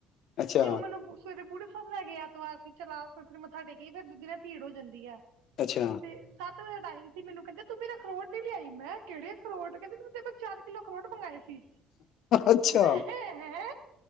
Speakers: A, on the left; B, on the right.
A: ਅੱਛਾ
B: ਤੇ ਉਹ ਮੈਨੂੰ ਸਵੇਰੇ ਬੂੜੇ ਸਭ ਲੈ ਗ ਐਤਵਾਰ ਚਲਾਿਰ ਮੱਥਾ ਟੇਕ ਕੇ ਫਿਰ ਦੂਧ ਨਾਲ ਭੀੜ ਹੋ ਜਾਂਦੀ ਹੈ
A: ਅੱਛਾ
B: ਤੇ ਸੱ ਵਜੇ ਟਾਈਮ ਸੀ ਮੈਨੂੰ ਕਹਿੰਦੇ ਤੂੰ ਮੇਰਾ ਅਖਰੋਟ ਨਹੀਂ ਲਿਆਈ ਮੈਂ ਕਿਹੜ ਅਖਰੋਟ ਕਹਿੰਦੇ ਤੂੰ ਤੇਰੇਲ ਚਾਰ ਕਿੱਲੋ ਅਖਰੋਟ ਮੰਗਵਾਏ ਸੀ
A: ਅੱਛਾ
B: ਹੈ